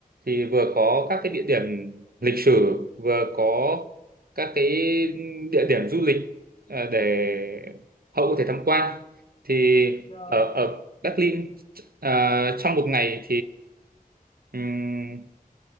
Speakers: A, on the right; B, on the left.
A: thì vừa có
B: Ừ.
A: các cái địa điểm lịch sử vừa có các cái địa điểm du lịch ờ, để
B: ừ.
A: hậu có thể tham quan thì
B: rồi
A: ở ở Berlin ờ, trong một ngày thì